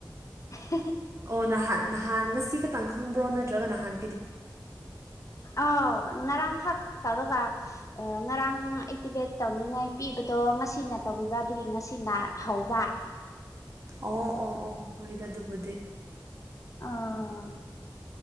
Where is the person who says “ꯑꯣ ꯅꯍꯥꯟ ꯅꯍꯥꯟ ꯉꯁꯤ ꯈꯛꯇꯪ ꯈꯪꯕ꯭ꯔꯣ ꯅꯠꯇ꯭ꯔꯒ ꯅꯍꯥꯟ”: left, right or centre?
Right